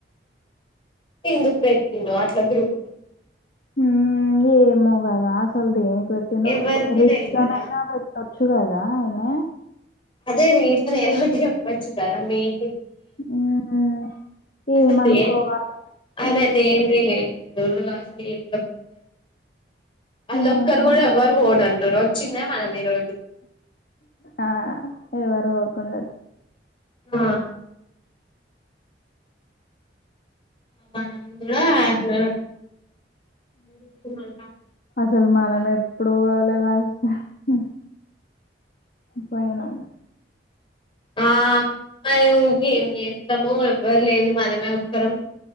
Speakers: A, on the left; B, on the left.
A: తిందుకు పెటిండ్రు అట్లా గ్రూప్
B: హ ఏమ గద అసల్ది రోటిను
A: ఎవ్వరికి
B: రీజననా
A: తెల్వదా
B: చుడదా ఎన్న
A: అదే రేపు ఏదోటి చెప్పొచ్చు కదా మీ <inaudible>
B: మ్మ్
A: అసలు
B: ఏమనుకోవాలి
A: దే అదేందిలే
B: హ్మ్.
A: ఏదో అసలు ఎం <inaudible> అల
B: హ్మ్.
A: ఒక్కర్ కూడా ఎవరు పోన <unintelligible> వచ్చిందే మనం మీరు
B: ఆ ఎవారు కొంద
A: ఆ మనమ్ కూడా కూడా <unintelligible> <unintelligible>
B: ముసల్మానం ఎప్పుడు వాలే వా <unintelligible> పోయినా
A: ఆ మా గమి <unintelligible> మము ఎవ్వరు లేని మనమే <unintelligible> కరం <inaudible>